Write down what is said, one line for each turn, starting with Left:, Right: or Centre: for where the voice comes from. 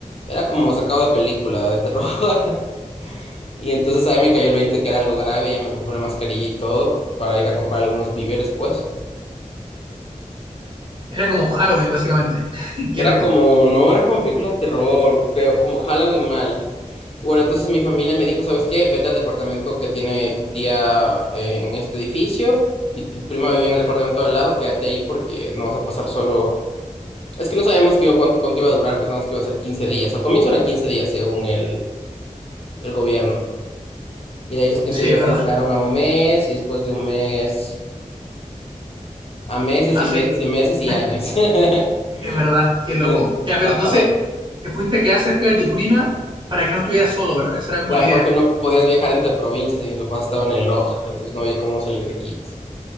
Left: era como sacado de película de terror. <laughs> Y entonces ahí me cayó el 20 que era algo grave, ya me compré una mascarilla y todo para ir a comprar algunos víveres pues.
Right: Era como Halloween, básicamente. <laughs> Qué
Left: Era
Right: loco.
Left: como, no era como película de terror, pero como Halloween mal. Bueno, entonces mi familia me dijo, ¿sabes qué? Vete al departamento que tiene tu tía en este edificio y tu prima vive en el departamento de al lado, quédate ahí porque no vas a pasar solo. Es que no sabíamos que iba, cuánto, cuánto iba a durar, pensamos que iba a ser 15 días. Al comienzo eran 15 días, según el, el gobierno. Y de ahí esos quince
Right: Sí,
Left: días
Right: es verdad.
Left: se alargaron a un mes y después de un mes a meses
Right: Así.
Left: y meses y meses y
Right: <laughs>
Left: años. <laughs>
Right: Es verdad, qué loco.
Left: Y en-
Right: Ya, pero
Left: ajá.
Right: entonces te fuiste a quedar cerca de tu prima para que no estuvieras solo, ¿verdad? Esa era
Left: Ya,
Right: como la idea.
Left: porque no podías viajar entre provincias y mis papás estaban en Loja, entonces no había cómo salir de Quito.